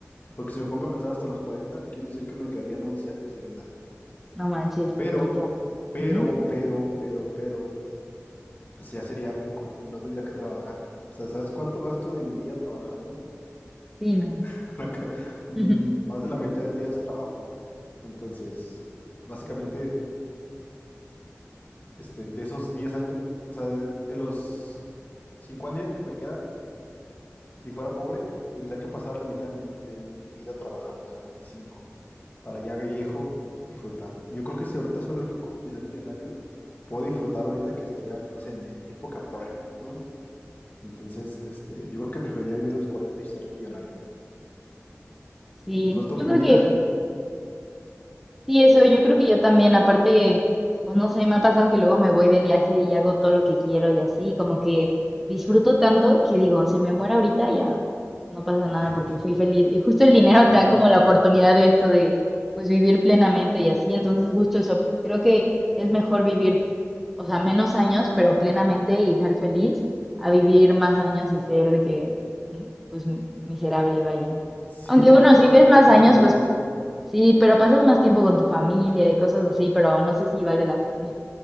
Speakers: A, on the left; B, in the centre.
A: Porque si me pongo a pensar hasta los 40 quiere decir que me quedarían 11 años de vida.
B: No manches,
A: Pero,
B: poquito.
A: pero,
B: Ujú.
A: pero, pero, pero, pues ya sería rico y no tendría que trabajar. O sea, ¿sabes cuánto gasto de mi día trabajando?
B: Sí, no.
A: <laughs> Para que- Mm,
B: <laughs>
A: Más de la mitad del día es trabajo. Entonces, básicamente Este, de esos 10 años, o sea, de, de los 50 años que me quedan, si fuera pobre, tendría que pasar la mitad de mi, de mi vida trabajando, o sea, 25 para ya de viejo disfrutar. Y yo creo que si ahorita soy rico, si soy millonario, puedo disfrutar ahorita que estaría, no sé, en, en mi época prime, ¿no? Entonces, este, yo creo que preferiría vivir a los 40 y ser millonario.
B: Sí,
A: Disfruto
B: yo
A: mi
B: creo
A: vida
B: que Sí, eso yo
A: donde
B: creo que yo también, aparte, pues no sé, me ha pasado que luego me voy de viaje y hago todo lo que quiero y así, como que disfruto tanto que digo, si me muero ahorita ya no pasa nada
A: <laughs>
B: porque fui feliz. Y justo el dinero
A: morir
B: te da
A: feliz.
B: como la oportunidad de esto de, pues vivir plenamente y así, entonces justo eso, creo que es mejor vivir, o sea, menos años, pero plenamente y ser feliz, a vivir más años y ser de que, mm, pues, miserable, vaya.
A: Sí,
B: Aunque
A: porque
B: bueno,
A: estás,
B: si
A: bat-
B: vives
A: estás
B: más años,
A: batallando,
B: pues Sí, pero pasas más tiempo con tu familia y cosas así, pero no sé si vale la pena.